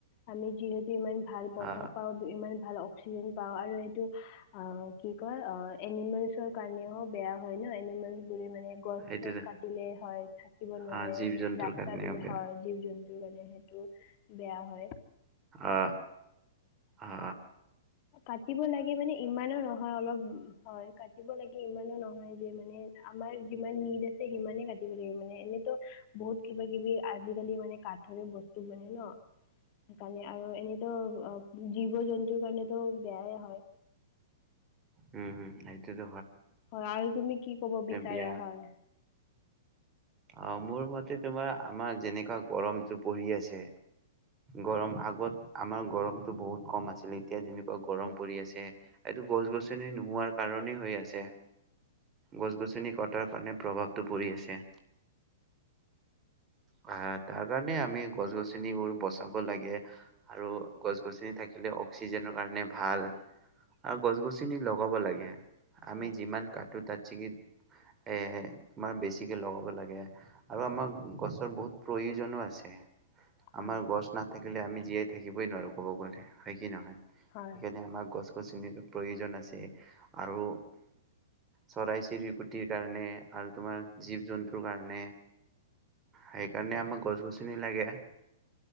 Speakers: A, on the left (about 40°); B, on the right (about 20°).
A: আমি যিহেতু ইমান ভাল বতাহ
B: অ
A: পাওঁ ইমান ভাল অক্সিজেন পাওঁ আৰু এইটো কি কয় অ এনিমেলছৰ কাৰণে হ বেয়া হয় ন এনিমেলছ বুলি মানে গছ
B: সেইটোতো
A: চছ কাটিলে হয় থাকিব নোৱাৰে
B: আহ জীৱ জন্তুৰ
A: ৰাস্তাত
B: কাৰণে
A: ললে
B: বেয়া
A: হয় জীৱ জন্তু মানে বেয়া হয়
B: অ অ অ
A: কাটিব লাগে মানে ইমানো নহয় অলপ হয় কাটিব লাগে ইমানো নহয় যে মানে মানে আমাৰ যিমান নিদ আছে সিমানে কাটিব লাগিব মানে এনেতো বহুত কিবা কিবি আজিকালি মানে কাঠৰে বস্তু মানে ন। সেইকাৰণে আৰু এনেতো অ জীৱ-জন্তু সেইকাৰণে টো বেয়াই হয়।
B: উম উম এইটোৱে ত
A: হয় আৰু তুমি কি কব বিচাৰা
B: বিয়া
A: হয়?
B: অ মোৰ মতে তোমাৰ আমাৰ যেনেকুৱা গৰমতটো পৰি আছে। গৰম আগত আমাৰ গৰমটো বহুত কম আছিল, এতিয়া যেনেকুৱা গৰম পৰি আছে এইটো গছ গছনি নোহোৱাৰ কাৰণেই হৈ আছে। গছ গছনি কটাৰ কাৰণে প্ৰভাৱটো পৰি আছে। হয় তাৰ কাৰণে আমি গছ গছনিবোৰ বচাব লাগে আৰু গছ গছনি থাকিলে অক্সিজেনৰ কাৰণে ভাল আৰু গছ গছনি লগাব লাগে। আমি
A: হয়
B: যিমান কাটো তাত চিকিত, এ তোমাৰ বেছিকে লগাব লাগ। আৰু আমাৰ গছৰ বহুত প্ৰয়োজনো আছে।
A: হয়
B: আমাৰ গছ নাট। থাকিলে আমি জীয়াই থাকিবই নোৱাৰোঁ ক'ব গ'লে হয় কি নহয়?
A: হয়
B: সেকানে আমাৰ গছ। গছনিৰ প্ৰয়োজন আছে আৰু চৰাই চিৰিকুটিৰ কাৰণে আৰু তোমাৰ জীৱ জন্তু টো কাৰণে সেইকাৰণে আমাক গছ গছনি লাগে।